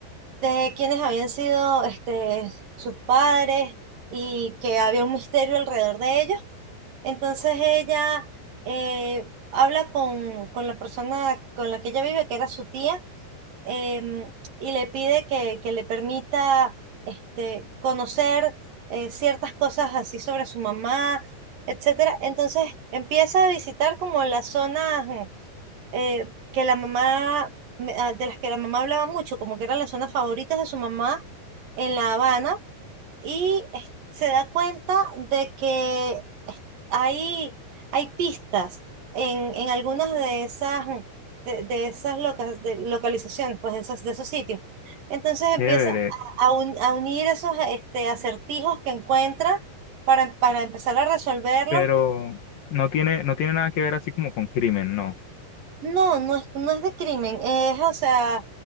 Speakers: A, on the right (about 55°); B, on the left (about 60°).
A: de quiénes habían sido, este, sus padres y que había un misterio alrededor de ellos. Entonces ella eh, habla con, con la persona con la que ella vive, que era su tía, em, y le pide que, que le permita este, conocer eh, ciertas cosas así sobre su mamá, etcétera. Entonces empieza a visitar como las zonas mm, eh, que la mamá, me- ah, de las que la mamá hablaba mucho, como que eran las zonas favoritas de su mamá en La Habana, y es- se da cuenta de que hay, hay pistas en, en algunas de esas, mm, de, de esas loca- de localizaciones, pues de esos, de esos sitios. Entonces
B: Chévere,
A: empieza a, a un- a unir esos este, acertijos que encuentra para, para empezar a resolverlos.
B: pero no tiene, no tiene nada que ver así como con crimen, no.
A: No, no es, no es de crimen, es, o sea,